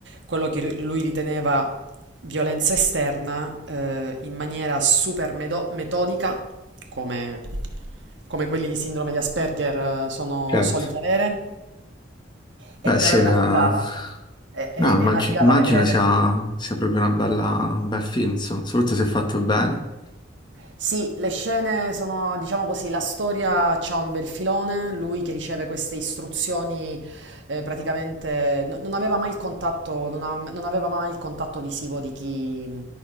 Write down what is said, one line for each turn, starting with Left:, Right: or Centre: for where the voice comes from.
Right: quello che ri- lui riteneva violenza esterna, eh, in maniera super medo- metodica, come, come quelli di sindrome di Asperger, eh, sono
Left: certo.
Right: soliti avere, e
Left: Beh
Right: però
Left: sì,
Right: è
Left: è
Right: una
Left: una-
Right: figata, è, è-
Left: no, immag-
Right: è una figata
Left: immagino
Right: vedere.
Left: sia, sia proprio una bella, un bel film, insomma, soprattutto se fatto bene.
Right: Sì, le scene sono, diciamo così, la storia c'ha un bel filone, lui che riceve queste istruzioni eh, praticamente no- non aveva mai il contatto, non, ha- non aveva mai il contatto visivo di chi mh,